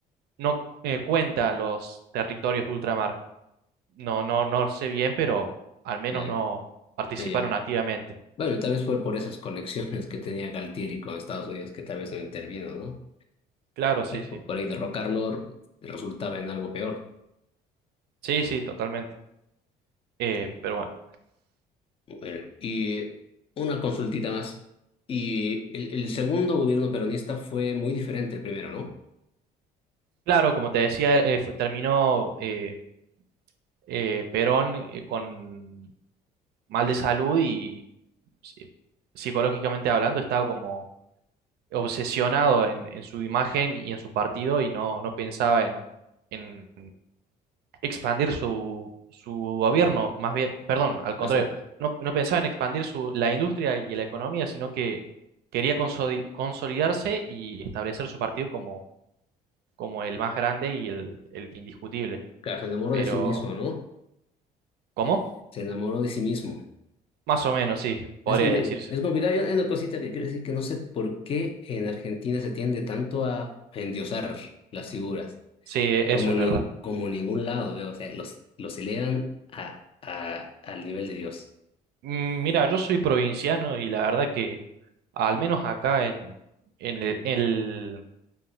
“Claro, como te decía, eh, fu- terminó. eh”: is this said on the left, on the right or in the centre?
Right